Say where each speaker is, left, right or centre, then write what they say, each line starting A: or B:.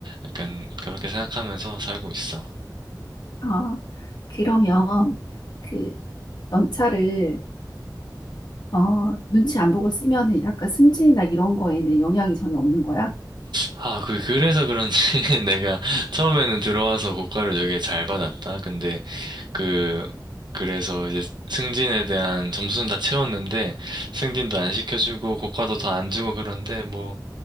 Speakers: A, on the right (about 75°); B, on the left (about 70°).
A: 약간 그렇게 생각하면서 살고 있어.
B: 아, 그러면 그 연차를 어, 눈치 안 보고 쓰면은 약간 승진이나 이런 거에는 영향이 전혀 없는 거야?
A: 아, 그, 그래서 그런지 <laughs> 내가 처음에는 들어와서 고과를 되게 잘 받았다. 근데 그, 그래서 이제 승진에 대한 점수는 다 채웠는데 승진도 안 시켜주고 고과도 더 안 주고 그런데 뭐